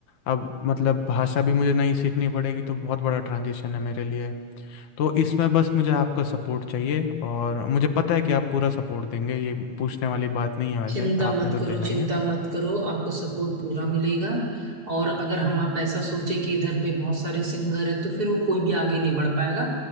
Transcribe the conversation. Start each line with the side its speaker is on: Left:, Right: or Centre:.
Left: अब मतलब भाषा भी मुझे नई सीखनी पड़ेगी तो बहुत बड़ा ट्रांजिशन है मेरे लिए तो इसमें बस मुझे आपका सपोर्ट चाहिए और मुझे पता है कि आप पूरा सपोर्ट देंगे ये पूछने वाली बात नहीं है वैसे
Right: चिंता
Left: आपने
Right: मत
Left: तो
Right: करो
Left: देना
Right: चिंता
Left: ही है
Right: मत करो आपको सपोर्ट पूरा मिलेगा और अगर हम आप ऐसा सोचे कि इधर पे बहुत सारे सिंगर है तो फिर वो कोई भी आगे नहीं बढ़ पाएगा